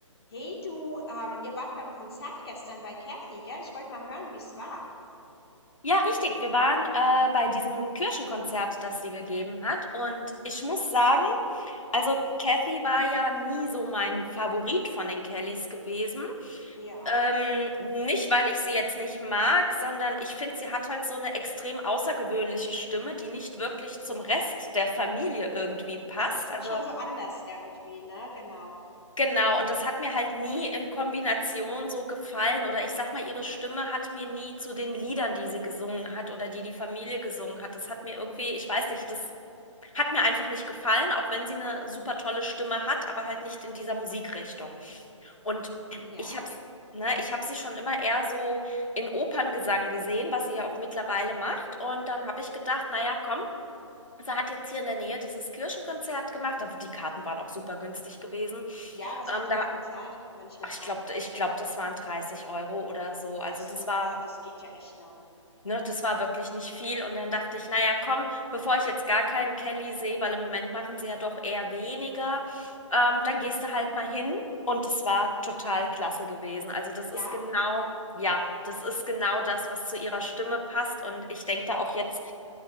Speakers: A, on the left; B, on the left.
A: Hey du, ähm, ihr wart beim Konzert gestern bei Kathy, gell? Ich wollte mal hören, wie's war.
B: Ja, richtig. Wir waren äh, bei diesem Kirchenkonzert, das sie gegeben hat. Und ich muss sagen, also Kathy war ja nie so mein Favorit von den Kellys gewesen.
A: Ja,
B: Ähm, nicht, weil ich sie jetzt nicht mag, sondern ich finde, sie hat halt so eine extrem außergewöhnliche Stimme, die nicht wirklich zum Rest der Familie irgendwie passt.
A: sie ist halt
B: Also
A: schon so anders irgendwie, ne? Genau.
B: Genau, und das hat mir halt nie in Kombination so gefallen. Oder ich sag mal, ihre Stimme hat mir nie zu den Liedern, die sie gesungen hat oder die die Familie gesungen hat. Das hat mir irgendwie, ich weiß nicht, das hat mir einfach nicht gefallen, auch wenn sie eine super tolle Stimme hat, aber halt nicht in dieser Musikrichtung. Und
A: Ja.
B: ich hab's, ne, ich hab sie schon immer eher so in Operngesang gesehen, was sie ja auch mittlerweile macht. Und dann habe ich gedacht, naja, komm, sie hat jetzt hier in der Nähe dieses Kirchenkonzert gemacht. Da- Die Karten waren auch super günstig gewesen.
A: Ja, was
B: Ähm,
A: habt ihr
B: da
A: denn da bezahlt, wenn ich mal
B: Ach,
A: fragen
B: ich glaube,
A: darf?
B: ich glaube, das waren 30 Euro oder so. Also
A: Ach so,
B: das
A: ja,
B: war,
A: das geht ja echt noch.
B: ne, das war wirklich nicht viel. Und dann dachte ich, naja, komm, bevor ich jetzt gar keinen Kelly sehe, weil im Moment machen sie ja doch eher weniger, ähm, dann gehst du halt mal hin. Und das war total klasse gewesen. Also das
A: Ja,
B: ist genau, ja, das ist genau das, was zu ihrer Stimme passt. Und ich denke da auch jetzt